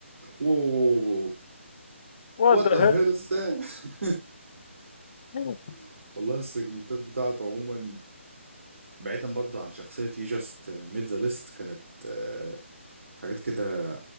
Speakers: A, on the right (about 70°); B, on the left (about 35°).
A: واو واو واو واو.
B: what
A: what
B: the
A: the hell is that
B: hell
A: <laughs> والله السيجمنتات بتاعته عموما بعيدا برضه عن شخصية you just made the list كانت آه، حاجات كده